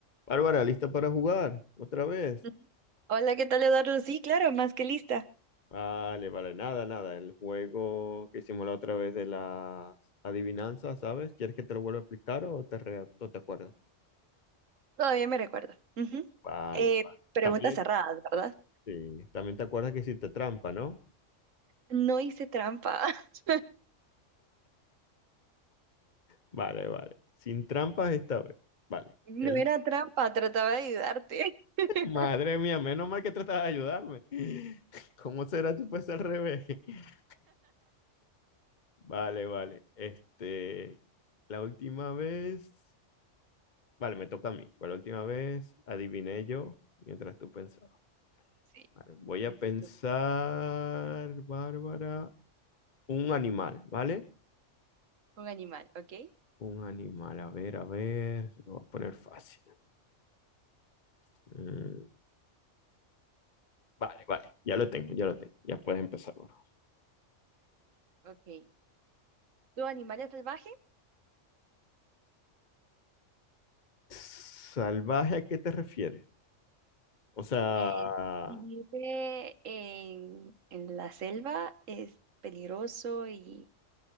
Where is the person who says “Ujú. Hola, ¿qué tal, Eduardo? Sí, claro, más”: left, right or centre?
Right